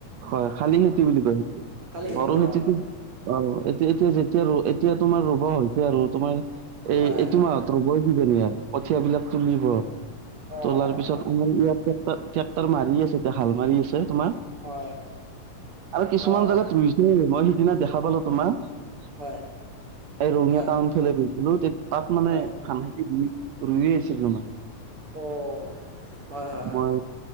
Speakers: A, on the right; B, on the right.
A: হয় শালি খেতি বুলি কয় সেইটো
B: খালি খেতি
A: বড়ো খেতিতো
B: অ', হয়।
A: অৱ এতিয়া যেতিয়া ৰ এতিয়া তোমাৰ ৰুৱ হৈছে আৰু তোমাৰ এই
B: হয়,
A: এইটো
B: হয়,
A: মাহত ৰুবই কি কৰিম আৰ কঠিয়া বিলাক তুলিব
B: অহ
A: তোলাৰ পিছত আমাৰ ইয়াত ট্ৰেট ট্ৰেক্টাৰ মাৰি আছে এতিয়া হাল মাৰি আছে। তোমাৰ
B: হয়
A: আৰু কিছুমান
B: হয়, অ',
A: জোগাত ৰুইছে মই সিদিনা দেখা পালো তোমাৰ এই
B: হয়,
A: ৰঙিয়া
B: হয়, হয়, অ',
A: টাউন ফালে দি বোৰো তে তাত মানে
B: হয়,
A: ধান খেতিই ৰুইয়ে আছিল তোমাৰ
B: অহ হয় হয় হয়
A: মই